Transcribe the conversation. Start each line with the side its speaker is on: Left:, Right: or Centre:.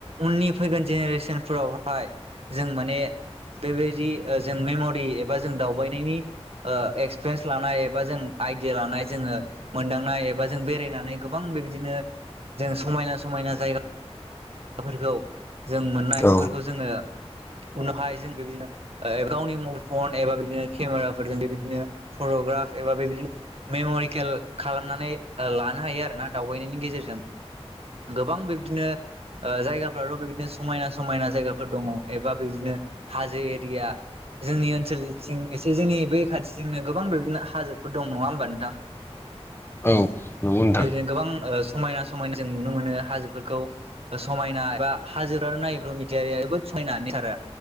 Right: उननि फैगोन जेनेरेसोनफोरावहाय जों माने बेबायदि ओ जों मेमरि एबा जों दावबायनायनि ओ एक्सप्रेन्स लानाय एबा जों आइदिया लानाय जोङो मोनदांनाय एबा जों बेरायनानै गोबां बेबिदिनो जों समायना समायना जायगा फोरखौ जों मोननाय
Left: औ
Right: बेफोरखौ जोङो उनावहाय जों बे बिदिनो गावनि मबाइल फन एबा बिदिनो केमेराफोरजों बे बिदिनो फर ट'ग्राफ एबा बेबिदिनो मेमरिकेल खालामनानै ओ लानो हायो आरो ना दावबायनायनि गेजेरजों। गोबां बेबिदिनो ओ जायगाफोराथ' बेबिदिनो समायना समायना जायगाफोर दङ एबा बेबिदिनो हाजो एरिया जोंनि ओनसोलथिं एसे जोंनि बै खाथिथिंनो गोबां बेदिनो हाजोफोर दं नङा ओमबा नोंथां?
Left: औ। नंगौ नोंथां
Right: बेबायदिनो गोबां ओ समायना समायना जों नुनो मोनो हाजोफोरखौ। समायना एबा हाजोरा नायोबा <unintelligible> नेसारा।